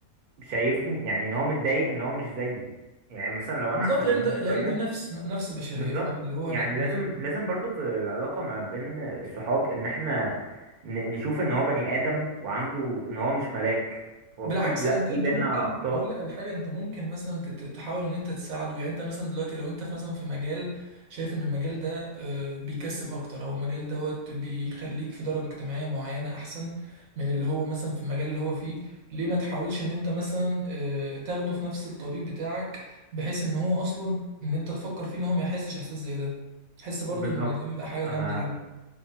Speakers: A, on the right; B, on the right.
A: شايف يعني ان هو متضايق ان هو مش زيي يعني مثلا لو
B: بالظبط
A: انا احسن
B: لان
A: منه
B: ده
A: شوية
B: لان دي نفس نفس بشريه
A: بالظبط
B: فاهم اللي هو
A: يعني
B: انا انا
A: لازم لازم برضو في العلاقة ما بين الصحاب ان احنا ن- نشوف ان هو بني ادم وعنده ان هو مش ملاك هو
B: بالعكس
A: في لا
B: انت
A: في
B: انت
A: بينا
B: ممكن
A: اخطاء
B: اقول لك على حاجه انت ممكن مثلا ت- ت- تحاول ان انت تساعده يعني انت مثلا دلوقتي لو انت في- مثلا في مجال شايف ان المجال ده آه، بيكسب اكتر او المجال دوت بيخليك في درجه اجتماعيه معينه احسن من اللي هو مثلا في المجال اللي هو فيه ليه ما تحاولش ان انت مثلا آه، تاخده في نفس الطريق بتاعك بحيث ان هو اصلا ان انت تفكر فيه ان هو ما يحسش احساس زي ده تحس برضو
A: بالظبط
B: ان دي بيبقى حاجه
A: انا
B: جامده جدا.